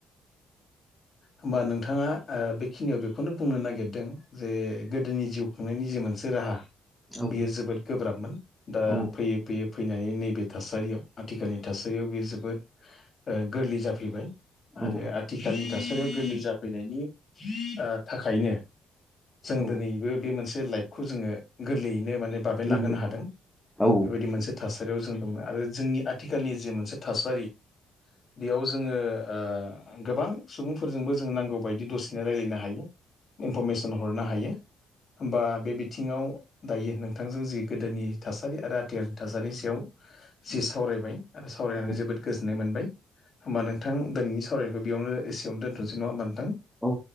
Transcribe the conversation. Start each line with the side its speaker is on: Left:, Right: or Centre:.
Left: होमबा नोंथाङा ओ बेखिनियाव बेखौनो बुंनो नागिर दों जे गोदोनि जिउ खुंनायनि जे मोनसे राहा
Centre: औ
Left: बियो जोबोद गोब्राबमोन। दा
Centre: औ
Left: फैयै फैयै फैनानै नैबे थासारियाव आथिखालनि थासारियाव बेयो जोबोद ओ गोरलै जाफैबाय। आरोे
Centre: औ
Left: <inaudible> थासारियाव गोरलै जाफैनायनि ओ थाखायनो जों
Centre: औ
Left: दोनै बो बे मोनसे लाइफखौ जोङो गोरलैयैनो माने बाबेनलांहोनो
Centre: गोरलै
Left: हादों।
Centre: औ
Left: बेबायदि मोनसे थासारियाव जों दङो। आरो जोंनि आथिखालनि जि मोनसे थासारि बेयाव जोङो ओ गोबां सुबुंफोरजोंबो जों नांगौबायायदि दसेनो रायज्लायनो हायो इनफरमेसन हरनो हायो। होमबा बे बिथिङाव दायो नोंथांजों जि गोदोनि थासारि आरो आथिखालनि थासारिनि सायाव जि सावरायबाय आरो सावरायनानै
Centre: औ
Left: जोबोद गोजोननाय मोनबाय। होमबा नोंथां दिनैनि सावरायनायखौ बेयावनो एसेयाव दोनथ'सै नङा होनब नोंथां?
Centre: औ